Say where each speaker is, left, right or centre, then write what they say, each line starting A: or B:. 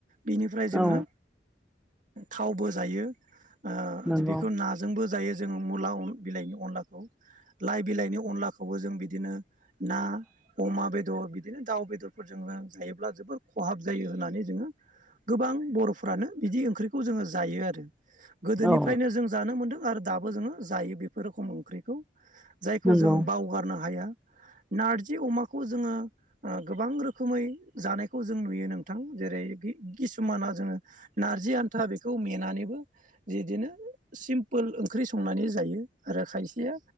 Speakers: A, on the right; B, in the centre.
A: बिनिफ्राय जोङो
B: औ
A: थावबो जायो। ओ
B: नंगौ
A: बेखौ ना जोंबो जायो। जों मुला अ बिलाइनि अनलाखौ लाइ बिलाइनि अनला खौबो जों बिदिनो ना अमा बे दर बिदिनो दाउ बेदर फोरजोंनो जायोब्ला जोबोर खहाब जायो होननानै जोङो गोबां बर'फ्रानो बिदि ओंख्रि खौ जोङो जायो आरो गोदोनिफ्रायनो
B: औ
A: जों जानो मोनदों आरो दाबो जोङो जायो बे बे रोखोम ओंख्रिखौ जायखौ
B: नंगौ
A: जोङो बावगारनो हाया।
B: <inaudible>
A: नारजि अमाखौ जोङो ओ गोबां रोखोमै जानायखौ जों नुयो नोंथां जेरै किसु माना जोंङो नारजि था बेखौ मेनानैबो बिदिनो सिम्पोल ओंख्रि संनानै जायो आरो खायसेया